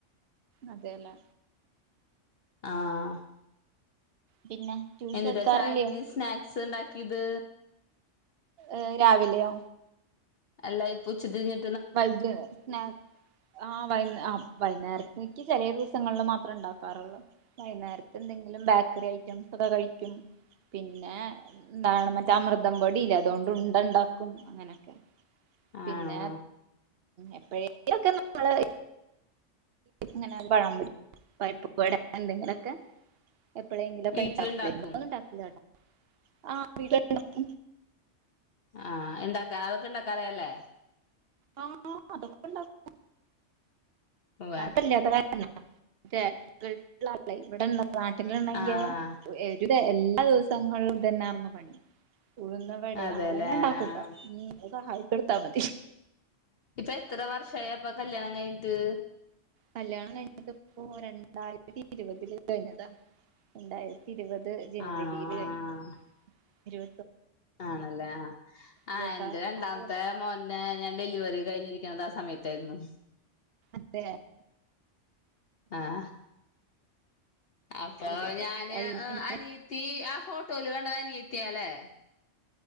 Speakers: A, on the right (about 55°); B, on the left (about 55°).
A: അതെലേ
B: ആഹ്
A: പിന്നെ ട്യൂഷൻ
B: എന്നിട്ടാ
A: എടുക്കാറില്ലേ?
B: ചായക്ക് സ്നാക്സ് ഉണ്ടാക്കിയത്
A: ഏഹ് രാവിലെയോ?
B: അല്ലാ ഇപ്പോ ഉച്ചിതിരിഞ്ഞി
A: വൈക് നേരത്തെ ആ വൈകു അപ്പൊ വൈകുന്നേരത്തേക്ക് ചില ദിവസങ്ങളിൽ മാത്ര ത്ര ഇ ണ്ടാക്കാറുള്ളൂ വൈകുന്നേരത്ത് എന്തെങ്കിലും ബേക്കറി ഐറ്റംസ് ഒക്കെ കഴിക്കും പിന്നെ എന്താണ് മറ്റേ അമൃതം പൊടില്ലേ അതുകൊണ്ട് ഉണ്ട ഉണ്ടാക്കും അങ്ങനെയൊക്കെ. പിന്നെ
B: ആണോ
A: എപ്പഴോകിലൊക്കെ നമ്മള് ങ്ങനെപഴം പൊരിക്കും പരിപ്പുവട എന്തെങ്കിലൊക്കെ എപ്പോഴെങ്കിലൊക്കെ
B: വീട്ടിലുണ്ടാക്കും
A: ഇണ്ടാക്കുമ്പളെ എപ്പോലൊന്നും ഇണ്ടാകൂല്ലാട്ടോ. ആ വീട്ടിലെല്ലാർകും.
B: ആ ഇണ്ടാക്കാ അതൊക്കെ ഇണ്ടാക്കാ അറിയല്ലേ?
A: ആ അതൊക്കെ ഉണ്ടാക്കും.
B: ഉവ്വ്
A: ആപ്പല്ലാത്ത കാര് <unintelligible> ഗൾഫിലുള്ള ആൾടെ ഇവടൊള്ള നാട്ടിലൊണ്ടെങ്കി
B: ആഹ്
A: ഒരു എല്ലാ ദെവസങ്ങളിലും തന്നാർന്നു പണി ഉഴുന്നവടെ
B: അതെല്ലേ
A: ആളന്നെഇണ്ടാക്കൂട്ടൊ
B: ആഹ്
A: ഇനി ഒന്ന് സഹായിച്ച് കൊടുത്താ മതി
B: ഇപ്പ എത്ര വർഷായി അപ്പ കല്യാണം കഴിഞ്ഞിട്ട്
A: കല്യാണം കഴിഞ്ഞിട്ടിപ്പോ രണ്ടായിരത്തി ഇരുപതില് കഴിഞ്ഞതാ രണ്ടായിരാത്തി ഇരുപത് ജനുവരിയില്
B: ആണോ ആഹ്
A: കഴിഞ്ഞതാ ഇരുവ
B: ആണല്ലേ ആ അ
A: ഇരുപത്താറ്
B: എന്റെ രണ്ടാമത്തെ
A: ആറ് വർഷം
B: മോൻ്റെ ഞാൻ ഡെലിവറി കഴിഞ്ഞിരിക്കണത സ സമയത്തായിരുന്നു
A: മറ്റേ
B: ആഹ് അപ്പൊ
A: ഇതില്
B: ഞാൻ ഏ
A: ഇന്ന്
B: അനിയത്തി ആ ഫോട്ടോല് കണ്ടത് അനിയതി ത്തിയാലേ